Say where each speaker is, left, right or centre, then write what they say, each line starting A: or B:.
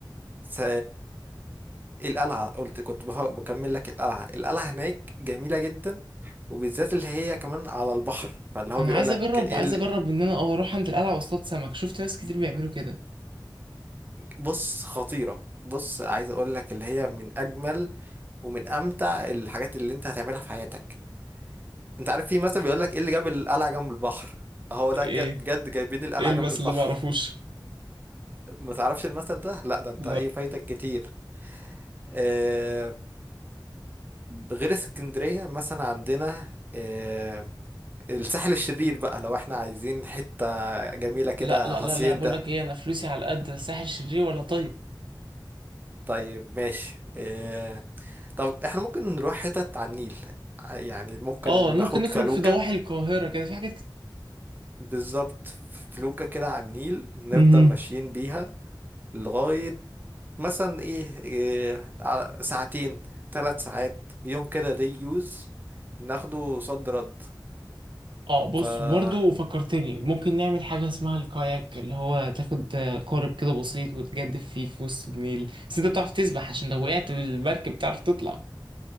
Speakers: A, on the right; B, on the right.
A: س- القلعة قلت كنت بها- بكمل لك القلعة القلعة هناك جميلة جدا وبالذات اللي هي كمان على البحر فاللي هو
B: انا
A: بيقول
B: عايز
A: لك
B: اجرب
A: إيه
B: عايز
A: ال-
B: اجرب ان انا اه اروح عند القلعه واصطاد سمك شفت ناس كتير بيعملوا كده
A: بص خطيرة بص عايز اقول لك اللي هي من اجمل ومن امتع الحاجات اللي انت هتعملها في حياتك انت عارف في مثلا بيقول لك ايه اللي جاب القلعة جنب البحر هو ده
B: ايه
A: ج- بجد جايبين القلعة
B: ايه المثل
A: جنب البحر
B: ده معرفوش
A: ما تعرفش المثل ده لا ده انت
B: لا
A: ايه فايتك كتير آه غير اسكندرية مثلا عندنا آه، الساحل الشرير بقى لو احنا عايزين حتة جميلة كده
B: لا لا
A: هاسيندا
B: لا لا بقول لك ايه انا فلوسي على قد ساحل شرير ولا طيب
A: طيب ماشي اه طب احنا ممكن نروح حتت على النيل ع- يعني ممكن
B: اه ممكن
A: ناخد
B: نخرج
A: فلوكة
B: في ضواحي القاهره كده في حاجات
A: بالظبط فلوكة كده على النيل نفضل
B: كتير
A: ماشيين بيها لغاية مثلا ايه, إيه على- ساعتين ثلاث ساعات يوم كده دي يوز ناخده صد رد
B: اه بص
A: فأنا
B: وبرضه فكرتني ممكن نعمل حاجة اسمها الكاياك اللي هو تاخد آه، قارب كده بسيط وتجدف فيه في وسط النيل بس انت بتعرف تسبح عشان لو وقعت بالمركب بتعرف تطلع